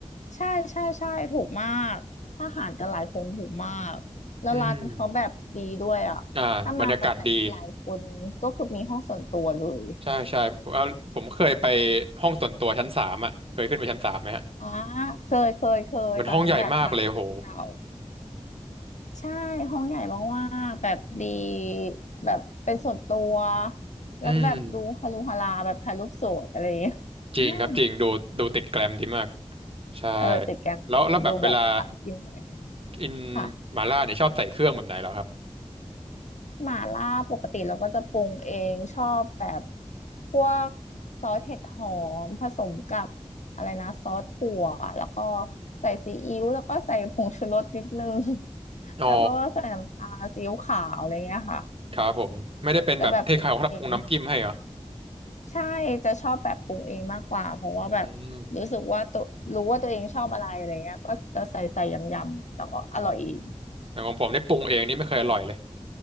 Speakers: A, on the left; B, on the right.
A: ใช่ใช่ใช่ถูกมากอาหารแต่หลายคนถูกมากแล้วร้านเขาแบบดีด้วยอ่ะถ้ามากันแบบหลายคนก็คือมีห้องส่วนตัวเลย
B: อืมอ่าบรรยากาศดีใช่ใช่เอ่อผมเคยไปห้องส่วนตัวชั้นสามอ่ะเคยขึ้นไปชั้นสามไหมฮะ
A: อ่าเคยเคยเคยตอนนั้นแบบนัดเพื่อนเก่า
B: มันห้องใหญ่มากเลยโห
A: ใช่ห้องใหญ่มากๆแบบดี แบบเป็นส่วนตัวแล้วแบบดูฮารุฮาราแบบถ่ายรูปสวยอะไรอย่างเงี้ย
B: อืมจริงครับจริงดูดูติดแกรมดีมาก
A: <laughs>
B: ใช่
A: เออติดแกรมดีดูแบบอ่ะกินแพง
B: แล้วแล้วแบบเวลากิน
A: ค่ะ
B: หม่าล่าเนี่ยชอบใส่เครื่องแบบไหนเหรอครับ
A: หม่าล่าปกติเราก็จะปรุงเองชอบแบบพวกซอสเห็ดหอมผสมกับอะไรนะซอสถั่วแล้วก็ใส่ซีอิ๊วแล้วก็ใส่ผงชูรสนิดนึง <laughs>
B: อ๋อ
A: แล้วก็ใส่น้ำตาลซีอิ๊วขาวอะไรเงี้ยค่ะ
B: ครับผมไม่ได้เป็นแบบเทใครเขาปรุงน้ำจิ้มให้เหรอ
A: แต่แบบปรุงเอง ใช่จะชอบแบบปรุงเองมากกว่าเพราะว่าแบบรู้สึกว่าตัวรู้ว่าตัวเองชอบอะไรอะไรเงี้ยก็จะใส่ใส่ยำยำแล้วก็อร่อยเอง
B: อืมเอออย่างของผมเนี่ยปรุงเองนี่ไม่เคยอร่อยเลย